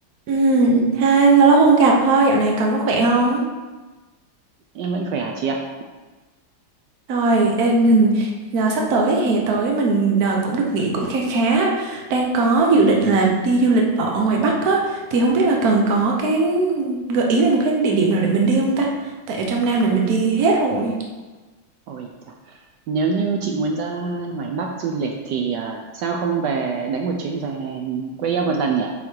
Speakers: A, on the right; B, on the right.
A: Ừ, hai lâu lắm không gặp ha, dạo này cần có khỏe không?
B: Em vẫn khỏe hả chị ạ?
A: Rồi, ê, mình- giờ sắp tới hè tới mình ờ, cũng được nghỉ cũng kha khá, đang có dự định là đi du lịch ở ngoài Bắc á, thì không biết là cần có cái gợi ý về một cái địa điểm nào để mình đi không ta? Tại ở trong Nam này mình đi hết rồi,
B: Ôi chà. Nếu như chị muốn ra ngoài Bắc du lịch thì à, sao không về đánh một chuyến về quê em một lần nhỉ?